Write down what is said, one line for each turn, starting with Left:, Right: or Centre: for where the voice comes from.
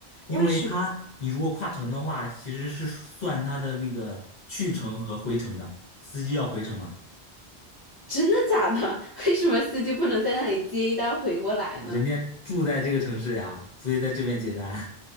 Left: 因为他你如果跨城的话，
Right: 为什么？
Left: 其实是算他的那个去程和回程的，司机要回程嘛，
Right: 真的假的？<laughs> 为什么司机不能在那里接一单回过来呢？
Left: 人家住在这个城市呀，所以在这边接单。